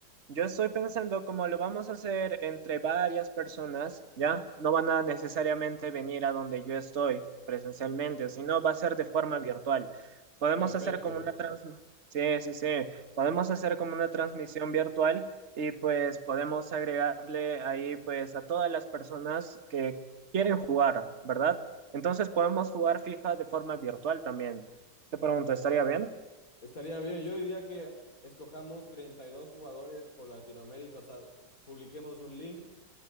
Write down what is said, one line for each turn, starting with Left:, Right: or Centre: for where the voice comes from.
Right: yo estoy pensando como lo vamos a hacer entre varias personas, ¿ya? No van a necesariamente venir a donde yo estoy presencialmente, sino va a ser de forma virtual. Podemos
Left: Perfecto.
Right: hacer como una transmisión, sí, sí, sí, podemos hacer como una transmisión virtual y pues podemos agregarle ahí pues a todas las personas que quieren jugar, ¿verdad? Entonces podemos jugar FIFA de forma virtual también. Te pregunto, ¿estaría bien?
Left: Estaría bien. Yo diría que escojamos 32 jugadores por Latinoamérica. O sea, publiquemos un link